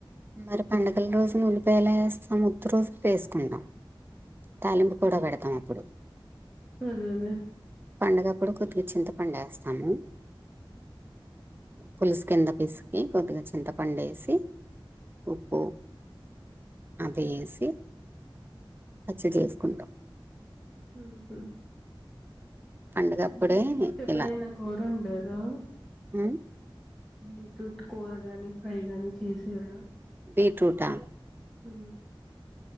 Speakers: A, on the right; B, in the centre.
A: మరి పండగల రోజున ఉల్లిపాయ ఎలా వేస్తాం ఉత్త్ రోజులు వేసుకుంటాం తాలింపు కూడా పెడతాం అప్పుడు
B: అదే అదే
A: పండగప్పుడు కొద్దిగా చింతపండు వేస్తాము పులుసు కింద పిసికి కొద్దిగా చింతపండు వేసి ఉప్పు అవి ఎసి పచ్చడి చేసుకుంటాం
B: ఆహా
A: పండుగప్పుడే
B: బీట్రూట్ ఎప్పుడైనా
A: ఇలా
B: కూర ఉండారా
A: ఉమ్.
B: బీట్రూట్ కూరగాని ఫ్రై గాని చేసార
A: బీట్రూట్ ఆ
B: ఆ